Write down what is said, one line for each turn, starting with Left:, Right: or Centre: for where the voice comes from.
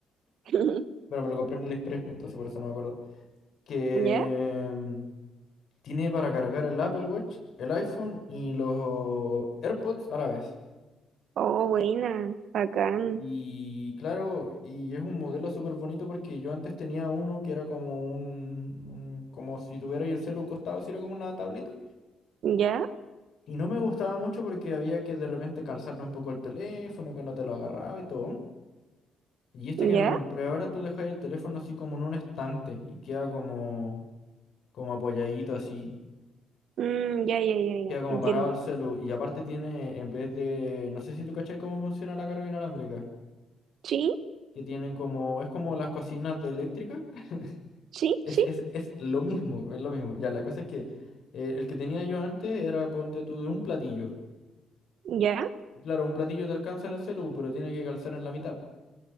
Right: <laughs>
Left: pero me lo compré en el Express, pues entonces por eso no me acuerdo, que
Right: ¿Ya?
Left: mm, tiene para cargar el Apple Watch, el iPhone y los AirPods a la vez.
Right: Oh, buena, bacán.
Left: Y claro, y es un modelo súper bonito porque yo antes tenía uno que era como un, un- como si tuviera ahí el celu costado, si era como una tablita.
Right: ¿Ya?
Left: Y no me gustaba mucho porque había que de repente calzarle un poco el teléfono, que no te lo agarraba y todo. Y este
Right: ¿Ya?
Left: que me compré ahora, tú dejas el teléfono así como en un estante y queda como, como apoyadito así.
Right: Mm, ya, ya, ya, ya,
Left: Queda como
Right: entiendo.
Left: parado el celu. Y aparte tiene, en vez de, no sé si tú cachai cómo funciona la carga inalámbrica.
Right: Sí,
Left: Que tienen como, es como las cocinas de eléctrica. <laughs>
Right: sí,
Left: Es,
Right: sí,
Left: es, es lo mismo, es lo mismo. Ya, la cosa es que eh, el que tenía yo antes era, ponte tú, de un platillo.
Right: ya.
Left: Claro, un platillo te alcanza en el celu, pero tiene que calzar en la mitad.